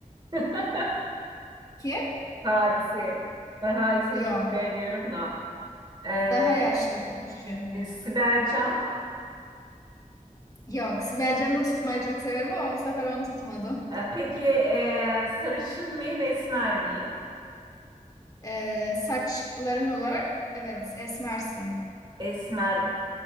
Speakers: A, on the right; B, on the left.
A: <laughs>
B: Kim?
A: Hadise. Ben Hadise'yi
B: Yok.
A: çok beğeniyorum da. Ee,
B: Daha yaşlı düşün.
A: e, Sibel Can.
B: Yok. Sibel Can'ı da tutmayı çok severim ama bu sefer onu tutmadım.
A: E, peki e, sarışın mıyım, esmer miyim?
B: Ee, saçların olarak evet esmersin.
A: Esmer.